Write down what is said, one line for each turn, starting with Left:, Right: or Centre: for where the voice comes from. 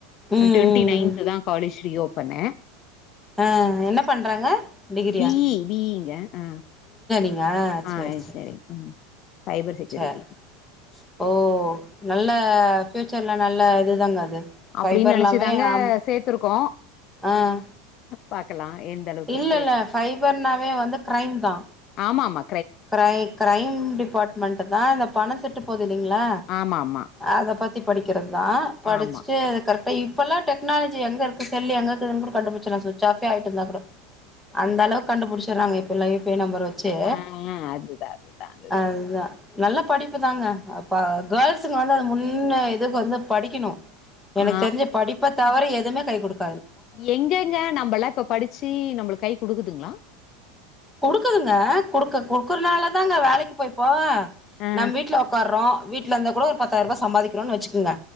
Centre: ம்
Left: ஆ ட்வெண்டி
Centre: ம்
Left: நைன்த்
Centre: ம்
Left: தான் காலேஜ் ரீஓபன்னு
Centre: ஆ என்ன பண்றாங்க டிகிரியா
Left: பி இ பி இ ங்க ஆ
Centre: அப்டியா
Left: ஆ
Centre: செரி
Left: இன்ஜினியரிங் ம் சைபர் செக்யூரிட்டி
Centre: செரி ஓ நல்ல சொல்லா நல்ல இதுதாங்க அது
Left: அப்டின்னு
Centre: ஃபைபர்லாமே
Left: நெனச்சிதாங்க
Centre: ஆமா
Left: சேத்துருக்கோ
Centre: ஆ
Left: பாக்கலா எந்த அளவுக்கு
Centre: இல்ல
Left: ஸ்கோப்
Centre: இல்ல
Left: இருக்குன்னு
Centre: ஃபைபர்னாவே வந்து கிரைம் தா
Left: ஆமாமா
Centre: கிரை கிரைம் டிபார்ட்மெண்ட் தா இந்த பணோ திருட்டு போகுது இல்லிங்களா
Left: ஆமா ஆமா
Centre: அத பத்தி படிக்கிறது தா படிச்சிட்டு
Left: ஆமா
Centre: கரெக் இப்பெல்லா டெக்னாலஜி எங்க இருக்கு செல் எங்க இருக்குதுன்னுகூட கண்டுபிச்சிடலா சுவிச் ஆஃப் ஏ ஆயிட்ருந்தா கூட அந்த அளவுக்கு கண்டுபிடிச்சிறாங்க இப்பெல்லா யு பி ஐ நம்பர் வச்சு
Left: ஆ அதுதான் அதுதான் அதுதான்
Centre: அதுதா நல்ல படிப்புதாங்க அப்ப கேர்ள்ஸுங்க வந்து அத முன்ன இதுக்கு வந்து படிக்கணு எனக்கு
Left: ஆ
Centre: தெரிஞ்சி படிப்ப தவர எதுவுமே கை குடுக்
Left: எங்கங்க நம்பல்லா இப்ப படிச்சி நம்பளுக்கு கை குடுக்குதுங்களா
Centre: குடுக்குதுங்க குடுக்க குடுக்குறனால தாங்க வேலைக்கி போய்ப்போ
Left: ஆ
Centre: நம் வீட்ல ஒக்கார்றோ வீட்ல இருந்தா கூட ஒரு பத்தாயிர ரூபா சம்பாதிக்கிறோன்னு வச்சிக்கோங்க